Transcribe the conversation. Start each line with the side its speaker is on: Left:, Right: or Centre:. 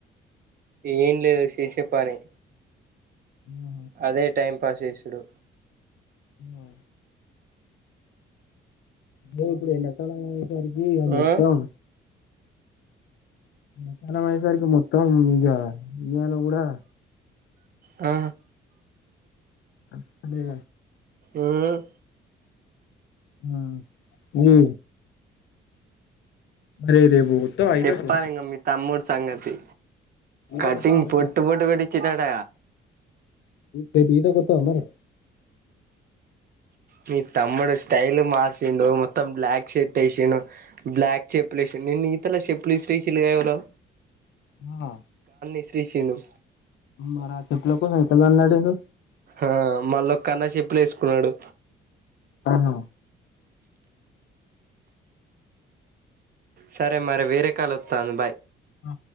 Right: ఏం లేదు శేశె పని.
Left: ఉ
Right: అదే టైం పాస్ చేసిండు.
Left: ఉమ్. బ్రో ఇప్పుడు ఎండాకాలం అయ్యేసరికి ఇగ మొత్తం.
Right: ఆ
Left: మకాల వయసరికి మొత్తం ఇక ఇయన కూడా.
Right: ఆ.
Left: అ అది.
Right: ఉమ్.
Left: ఉమ్ ఇది. అరే రేపు వస్తావా
Right: చెప్పాలి
Left: ఈతకు.
Right: ఇంగ మీ తమ్ముడు సంగతి
Left: ఈతకు
Right: కటింగ్
Left: వత్తవా రేపు
Right: పొట్టు పొట్టు కోట్టించిండటగ.
Left: రేపు ఈత కొత్తవమరీ.
Right: మీ తమ్ముడు స్టైల్ మారింది. ఏందో మొత్తం బ్లాక్ షట్ వేసిండు బ్లాక్ చెప్పులు వేసిండు నిను ఇతల చెప్పులు ఎసిరెసీలు కదా ఎవరో.
Left: ఆ
Right: ఇసిరేసిండు
Left: మరా చెప్పులక్. పోనీ ఎంతమంది అదిలు.
Right: ఆ మళ్ళొకన్న చెప్పులేసుకున్నడు.
Left: ఆహా.
Right: సరే మరె వేరే కాలొత్తాంది బాయ్.
Left: ఆ.